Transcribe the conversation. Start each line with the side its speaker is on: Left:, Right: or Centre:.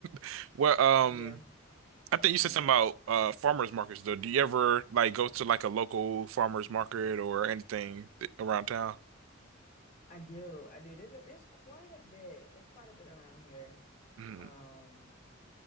Right: <laughs> well, um,
Left: yeah.
Right: I think you said
Left: Yeah,
Right: something about uh farmers markets though. Do you ever like go to like a local farmers market or anything th- around town?
Left: I do. I do. There's a, there's quite a bit. There's quite a bit around here.
Right: Mm.
Left: Um,